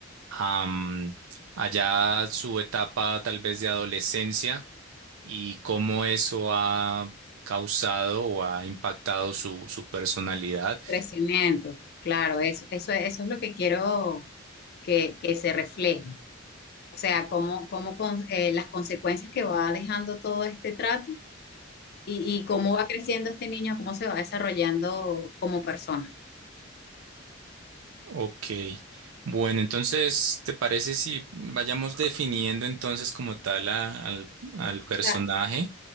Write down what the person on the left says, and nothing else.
Crecimiento, claro, eso, eso, eso es lo que quiero que, que se refleje. O sea, cómo, cómo con- eh, las consecuencias que va dejando todo este trato y, y cómo va creciendo este niño, cómo se va desarrollando como persona.
O
sea,